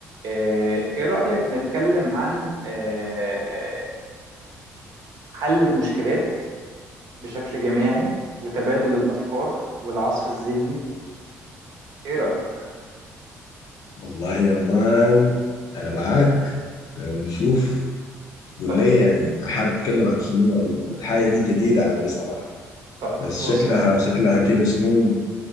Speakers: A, on the right; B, on the left.
A: آه، إيه رأيك نتكلم عن آه، حل المشكلات بشكل جماعي وتبادل الأفكار والعصف الذهني إيه رأيك؟
B: والله يا مان انا معاك أه، نشوف قول
A: طيب
B: لي يعني حابب اتكلم عن شنو او الحاجه دي جديده علي صراحه
A: طيب
B: بس
A: بص
B: شكلها
A: يا سيدي
B: شكلها كده شنو